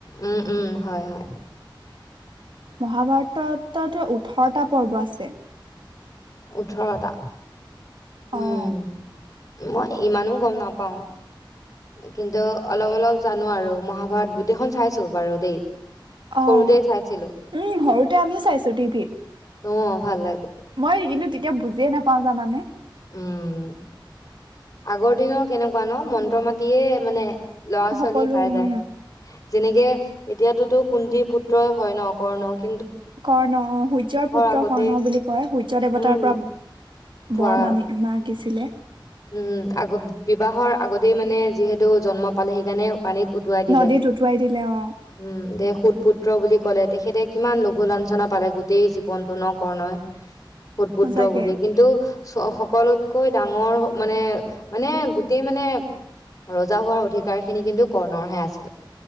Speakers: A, on the left; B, on the right.
A: উম-উম, হয়-হয়।
B: মহাভাৰততটো ওঠৰটা পৰ্ব আছে।
A: ওঠৰটা। উম
B: অ'।
A: মই ইমানো গম নাপাওঁ, কিন্তু অলপ-অলপ জানো আৰু মহাভাৰত গোটেইখন চাইছোঁ বাৰু দেই।
B: অ',
A: সৰুতে চাইছিলো
B: উম! সৰুতে আমিও চাইছোঁ টিভিত।
A: অ' ভাল লাগে।
B: মই কিন্তু তেতিয়া বুজিয়ে না পাওঁ জানানে?
A: উম। আগৰ দিনৰ কেনেকুৱা ন' মন্ত্ৰ মাতিয়ে মানে ল'ৰা-ছোৱালী
B: সকলো
A: পাই
B: উম,
A: যায়। যেনেকে এতিয়াতোতো কুন্তিৰ পুত্ৰই হয় ন' কৰ্ণক
B: কৰ্ণ, সূৰ্য্যৰ পুত্ৰ
A: আগতে
B: কৰ্ণ বুলি কয়। সূৰ্য দেৱতাৰ
A: উম
B: পৰা
A: পোৱা
B: বৰমানি <unintelligible> শিকিছিলে
A: উম, আগ বিবাহৰ আগতেই মানে যিহেতু জন্ম পালে সেইকাৰণে পানীত উটুৱাই দিলে
B: নদীত উটুৱাই দিলে অ',
A: উম, দে সুত পুত্ৰ বুলি ক'লে তেখেতে কিমান লঘু লাঞ্চনা পালে গোটেই জীৱনটো ন' কৰ্ণই। সুত পুত্ৰ
B: সঁচাকে।
A: বুলিয়ে কিন্তু চ' সকলোতকৈ ডাঙৰ মানে মানে গোটেই মানে ৰজা হোৱাৰ অধিকাৰ খিনি কিন্তু কৰ্ণৰহে আছিল।